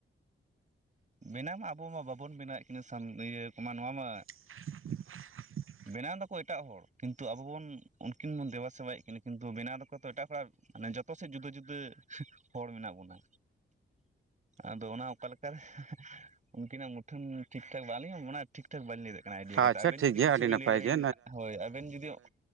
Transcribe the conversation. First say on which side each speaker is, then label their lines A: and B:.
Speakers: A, on the right; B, on the right.
A: ᱵᱮᱱᱟᱣ ᱢᱟ ᱟᱵᱚ ᱢᱟ ᱵᱟᱵᱚᱱ ᱵᱮᱱᱟᱣᱮᱫ ᱠᱤᱱᱟᱹ ᱤᱭᱟᱹ ᱠᱚᱢᱟ, ᱱᱚᱣᱟ ᱢᱟ᱾
B: <inaudible>
A: ᱵᱮᱱᱟᱣ ᱫᱟᱠᱚ ᱮᱴᱟᱜ ᱦᱚᱲ, ᱠᱤᱱᱛᱩ ᱟᱵᱚ ᱵᱚᱱ ᱩᱱᱠᱤᱱ ᱵᱚᱱ ᱫᱮᱵᱟ ᱥᱮᱵᱟᱭᱮᱫ ᱠᱤᱱᱟᱹ ᱠᱤᱱᱛᱩ ᱵᱮᱱᱟᱣ ᱫᱟᱠᱚ ᱛᱚ ᱮᱴᱟᱜ ᱦᱚᱲ ᱟᱨ ᱢᱟᱱᱮ ᱡᱚᱛᱚ ᱥᱮᱫ ᱡᱩᱫᱟᱹ ᱡᱩᱫᱟᱹ ᱦᱚᱲ ᱢᱮᱱᱟᱜ ᱵᱚᱱᱟ᱾ ᱟᱫᱚ ᱚᱱᱟ ᱚᱠᱟᱞᱮᱠᱟᱨᱮ ᱩᱱᱠᱤᱱᱟᱜ ᱢᱩᱴᱷᱟᱹᱱ ᱴᱷᱤᱠ-ᱴᱷᱟᱠ ᱟᱞᱤᱧ ᱦᱚᱸ ᱚᱱᱟ ᱴᱷᱤᱠ-ᱴᱷᱟᱠ ᱵᱟᱹᱞᱤᱧ ᱞᱟᱹᱭ ᱫᱟᱲᱮᱭᱟᱜ ᱠᱟᱱᱟ ᱟᱭᱰᱤᱭᱟ ᱠᱟᱛᱮ,
B: ᱟᱪᱪᱷᱟ
A: ᱟᱵᱮᱱ
B: ᱴᱷᱤᱠ
A: ᱡᱩᱤ
B: ᱜᱮᱭᱟ
A: ᱠᱤᱪᱷᱩᱵᱤᱱ
B: ᱟᱹᱰᱤ ᱱᱟᱯᱟᱭ
A: ᱞᱟᱹᱭ ᱫᱟᱲᱮᱭᱧ
B: ᱜᱮ
A: ᱦᱳᱭ ᱟᱵᱮᱱ ᱡᱩᱫᱤ᱾